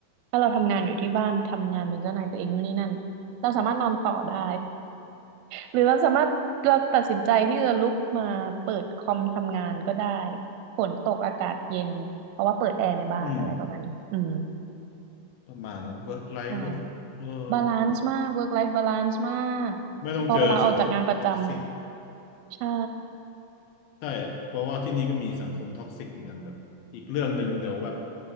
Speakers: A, on the right; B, on the left.
A: ถ้าเราทำงานอยู่ที่บ้านทำงานเป็นเจ้านายตัวเองนู่นนี่นั่นเราสามารถนอนต่อได้ หรือเราสามารถเราตัดสินใจที่จะลุกมาเปิดคอมทำงานก็ได้ฝนตกอากาศเย็นเพราะว่าเปิดแอร์ในบ้านอะไรประมาณนี้อืม
B: อืมประมาณนั้นเวิร์กไลฟ์แบบเออ
A: ใช่บาลานซ์มาก work life balance มาก
B: ไม่ต้องเจอสังคมท็อกซิก
A: พอลาออกจากงานประจำใช่
B: ใช่เพราะว่าที่นี่ก็มีสังคมท็อกซิกเหมือนกันแบบอีกเรื่องหนึ่งเดี๋ยวแบบ